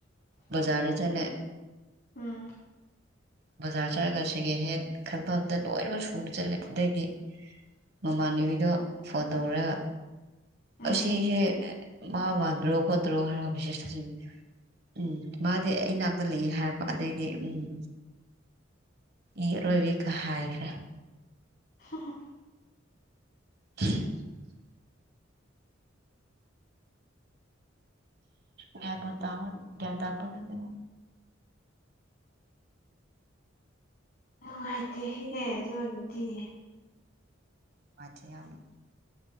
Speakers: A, on the right; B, on the left.
A: ꯕꯖꯥꯔꯗ ꯆꯠꯂꯦ
B: ꯎꯝ
A: ꯕꯖꯥꯔ ꯆꯠꯂꯒ ꯁꯦꯀꯦꯟ ꯍꯦꯟ ꯈꯟꯐꯝꯗ ꯂꯣꯏꯅꯃꯛ ꯁꯨꯅ ꯆꯠꯂꯦ ꯑꯗꯩꯒꯤ ꯃꯃꯥꯟꯅꯕꯤꯗꯣ ꯐꯣꯟ ꯇꯧꯔꯒ
B: ꯎꯝ
A: ꯑꯁꯤꯁꯦ ꯃꯥ ꯃꯥꯜꯗ꯭ꯔꯣ ꯈꯣꯇ꯭ꯔꯣ ꯍꯥꯏꯔꯒ ꯃꯦꯁꯦꯁ ꯊꯖꯤꯜ ꯎꯝ ꯃꯥꯗꯤ ꯑꯩꯅꯥꯛꯇ ꯂꯩꯏ ꯍꯥꯏꯔꯛꯄ ꯑꯗꯩꯗꯤ ꯎꯝ ꯏ ꯔꯒ ꯀ ꯍꯥꯏꯈ꯭ꯔꯦ
B: ꯍꯝ ꯍꯝ
A: <inaudible> ꯒꯌ꯭ꯥꯟꯕꯨ ꯇꯥꯎꯍ ꯒ꯭ꯌꯥꯟ ꯇꯥꯄꯣꯠꯇꯦꯗ
B: ꯅꯨꯡꯉꯥꯏꯇꯦꯍꯦ ꯑꯗꯨ ꯑꯣꯏꯔꯗꯤ
A: ꯅꯨꯉꯥꯏꯇꯦ ꯌꯥꯝꯅ